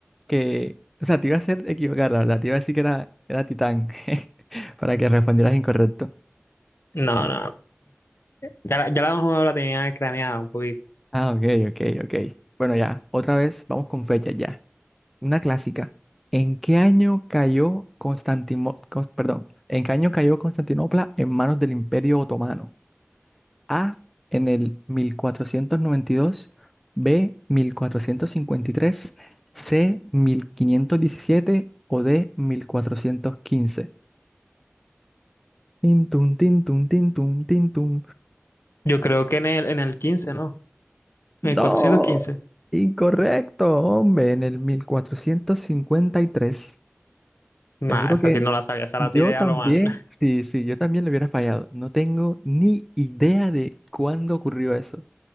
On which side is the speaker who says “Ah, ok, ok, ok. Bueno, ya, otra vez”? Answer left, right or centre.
Centre